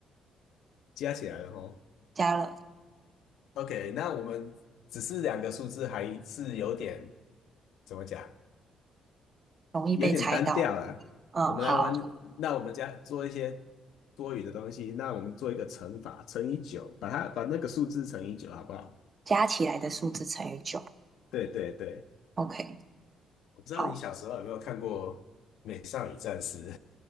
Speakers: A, on the left; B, on the right.
A: 加起来了吼。
B: 加了，
A: OK，那我们只是两个数字还是有点怎么讲？
B: 容易被猜到。
A: 有点单调了。
B: 嗯，
A: 我们来玩，
B: 好，
A: 那我们家做一些多余的东西，那我们做一个乘法，乘以九，把它把那个数字乘以九，好不好？
B: 加起来的数字乘以九。
A: 对对对，
B: OK，
A: 我不知道你小时候有没有看过《美少女战士》，
B: 好，